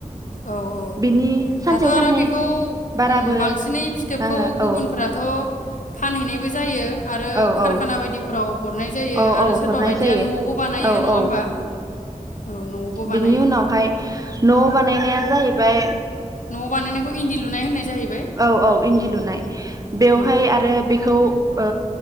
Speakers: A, on the left; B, on the right.
A: औ औ
B: बिनि सानसे
A: दाथ'
B: साननै
A: आरो बेखौ
B: बाराबो
A: उम बांसिनै फिथोबखौ
B: नाङो
A: गुबुनफोराथ'
B: औ
A: फानहैनायबो जायो आरो
B: औ
A: कारखाना
B: औ
A: बायदिफोराव हरनाय जायो
B: औ
A: आरो
B: औ
A: सोरबा
B: हरनाय
A: बायदिया
B: जायो
A: न'आवबो बानायो
B: औ
A: नङा
B: औ
A: होमबा औ न'आवबो बानायो
B: बिनि उनावहाय न' बानायनाया जाहैबाय।
A: न' बानायनायखौ इन्दि लुनाय होननाय जायो
B: औ औ इन्दि लुनाय बेवहाय
A: औ
B: आरो बेखौ ओ